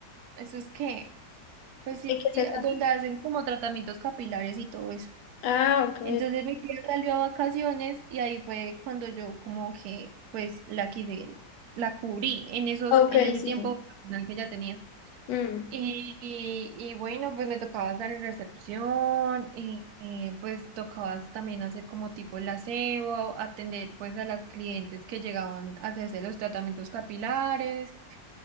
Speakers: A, on the right; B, on the left.
A: eso es que, pues sí,
B: ¿De qué
A: sí,
B: se trata?
A: donde hacen como tratamientos capilares y todo eso.
B: Ah, ok.
A: Entonces mi tía salió a vacaciones y ahí fue cuando yo como que pues la quise, la cubrí en esos,
B: Ok,
A: en ese
B: sí.
A: tiempo vacacional que ya tenía.
B: Mm,
A: Y, y, y bueno, pues me tocaba estar en recepción, y, y, pues tocaba también hacer como tipo el aseo, atender pues a las clientes que llegaban a hacerse los tratamientos capilares